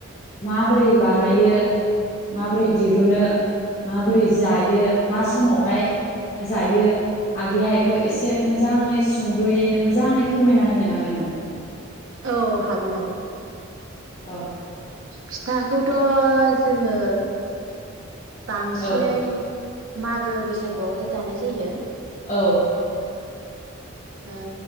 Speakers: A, on the left; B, on the right.
A: माबोरै बानायो माबोरै दिरुनो माबोरै जायो मा समावहाय
B: औ
A: जायो आगैया एखौ एसे मोज जाङै सुंद'यैनो मोजाङै फोरमायना होनो हागोन नामा
B: औ हागोन आब'
A: अ
B: फिथाखौथ' जोङो बांसिनै
A: औ
B: मागो बैसागुआवहाय जानाय जायो
A: औ
B: ओ